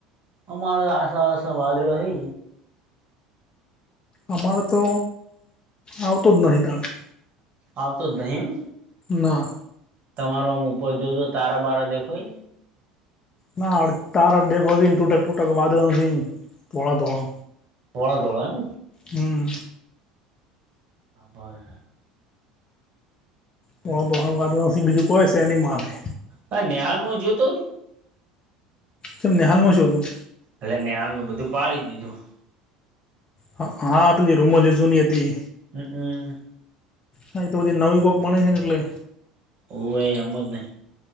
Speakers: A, on the right; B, on the left.
A: અમારે આશા આશા વાદળો હે
B: અમારે તો આવતો જ નહી <unintelligible>
A: આવ તો જ નહી એમ
B: ના
A: તમારો આમ ઉપર જોજો તારા બારા દેખોય
B: ના તારા દેખો <unintelligible> ટુટક ટુટક વાંદળા થોડા થોડા
A: થોડા થોડા એમ
B: હમ
A: રાબર
B: તો તો વાદવાસી બીજું કોઈ છે એની મારે
A: હા નેળાલમાં જોતો હતું
B: તેમ નેહાલમાં શું હતું
A: એટલે નેંહાલમાં બધું પાડી દીધું
B: હા આપલી રૂમો જે જૂની હતી
A: હમ હમ
B: હા એ તો બધી નવી કોક મણે છે ને એટલે
A: ઓ એ આમ જ ને